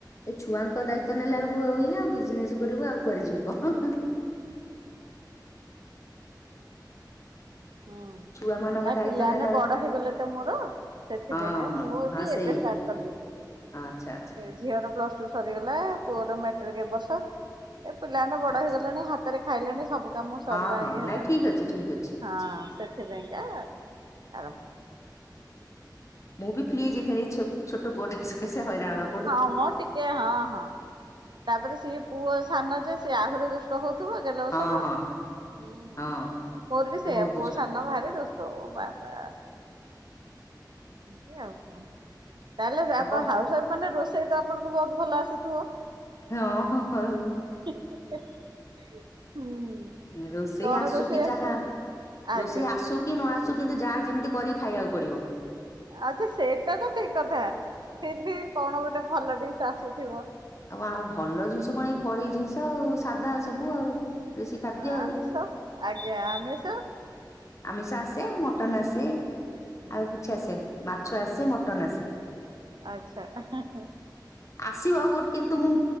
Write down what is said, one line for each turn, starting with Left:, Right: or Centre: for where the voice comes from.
Left: ଏଇ ଛୁଆଙ୍କ ଦାୟିତ୍ବ ନେଲା ବେଳକୁ ଇଏ ଆଉ ବିଜନେସ କରିବୁ ଆଉ କୁଆଡେ ଯିବୁ କହ।
Right: ହଁ
Left: ଛୁଆ ମାନଙ୍କ
Right: ଆଉ
Left: ଦାୟିତ୍ୱ
Right: ପିଲାମାନେ
Left: ନେଲା
Right: ବଡ
Left: ବେଳକୁ
Right: ହେଇଗଲେ ତ ମୋର, ସେଥିପାଇଁକା
Left: ହଁ ହଁ
Right: ମୁଁ ଏବେ
Left: ହଁ ସେଇ
Right: ଏବେ ଷ୍ଟାଟ କାଲି
Left: ଆଚ୍ଛା ଆଚ୍ଛା।
Right: ଝିଅର ପ୍ଲସ ଟୁ ସରିଗଲା, ପୁଅର ମାଟ୍ରିକ ଏ ବର୍ଷ। ଏ ପିଲା ମାନେ ବଡ
Left: ଆଚ୍ଛା।
Right: ହେଇଗଲେଣି ହା ହାତରେ ଖାଇଲେଣି ସବୁ କାମ ସରିଲା
Left: ହଁ ହଁ
Right: ଇଏ ହେଲାଣି।
Left: ନାଇଁ ଠିକ ଅଛି, ଠିକ ଅଛି।
Right: ହଁ ସେଥିପାଇଁକା ଆରମ୍ଭ କଲି
Left: ମୁଁ ବି ଫ୍ରୀ ହେଇ ଯାଇଥାନି ଏଇ ଛୋଟ ପୁଅଟା ସକାଶେ ହଇରାଣ ହ
Right: ହଁ ମଁ ଟିକେ ହଁ ହଁ, ତାପରେ ସିଏ ପୁଅ ସାନ ଯେ ସିଏ ଆହୁରି ଦୁ ହଉଥିବ ଗେଲ ବସର।
Left: ହଁ ହଁ
Right: ମୋର
Left: ହଁ
Right: ବି
Left: ସେ
Right: ସେଇଆ
Left: ବହୁତ ଦୁଷ୍ଟ
Right: ପୁଅ ସାନ ଭାରି ଦୁ ଷ୍ଟ ବାବା ଏମତି ଆଉ କଣ। ତାହେଲେ ହାଉସ
Left: ଆଉ କଣ
Right: ୱାଇଫ ମାନେ ରୋଷେଇ ତ ଆପଣଙ୍କୁ ବହୁତ ଭଲ ଆସୁଥିବ?
Left: ହଁ ହଁ ହଁ ଆଉ
Right: ହୁଁ।
Left: ହୁଁ ରୋଷେଇ
Right: କଣ
Left: ଆସୁ
Right: ରୋଷେଇ
Left: କି ଯାହା,
Right: ଆସେ? ଆଜ୍ଞା
Left: ରୋଷେଇ ଆସୁ କି କି ନ ଆସୁ, କିନ୍ତୁ ଯାହା ଯେମିତି କରିକି ଖାଇବାକୁ ପଡିବ।
Right: ଆଚ୍ଛା ସେଏଟା ତ ଠିକ କଥା ଫିର ବି କଣ ଗୋଟେ ଭଲ ଡିସ ଆଶୁ ଥିବ।
Left: ଆଉ ଆ ଭଲ ଜିନିଷ କଣ ଏଇ ଘରୋଇ ଜିନିଷ ଆଉ ସାଧା ସବୁ ଆଉ। ଦେଶୀ ଖାଦ୍ୟ
Right: ହଁ
Left: ଆଉ।
Right: ଆମିଷ ଆଜ୍ଞା ଆମିଷ?
Left: ଆମିଷ ଆସେ, ମଟନ ଆସେ
Right: ହୁଁ
Left: ଆଉ କିଛି ଆସେନି। ମାଛ ଆସେ ମଟନ ଆସେ।
Right: ଆଛା ଏ ହେଁ ହେଁ।
Left: ଆସିବ ବୋଟ, କିନ୍ତୁ ମୁଁ